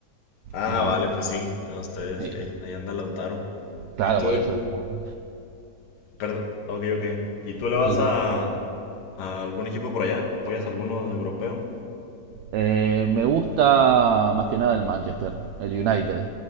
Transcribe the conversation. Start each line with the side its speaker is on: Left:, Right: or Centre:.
Left: Ah,
Right: Y
Left: vale, pues sí, a ustedes,
Right: sí,
Left: que ahí, ahí anda Lautaro.
Right: claro,
Left: ¿Y tú?
Right: por eso es como.
Left: Perdón, ok, ok. ¿Y tú le vas
Right: Sí,
Left: a,
Right: sí.
Left: a algún equipo por allá? ¿Apoyas a alguno europeo?
Right: Eh, me gusta más que nada el Manchester, el United.